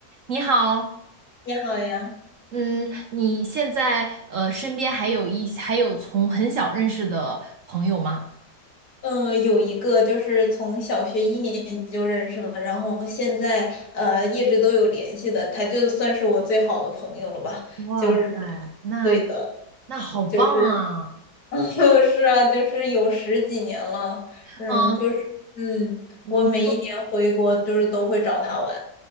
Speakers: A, on the right (about 60°); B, on the left (about 60°).
A: 你好，
B: 你好呀，
A: 嗯，你现在呃身边还有一还有从很小认识的朋友吗？
B: 嗯，有一个就是从小学一年级就认识了，然后现在呃一直都有联系的，他就算是我最好的朋友了吧，
A: 哇塞，
B: 就是，
A: 那
B: 对的，
A: 那好棒啊！
B: 就是，<laughs> 就是啊，就是有十几年了，嗯，
A: 嗯，
B: 就是，嗯，
A: 你说
B: 我每一年回国就是都会找他玩，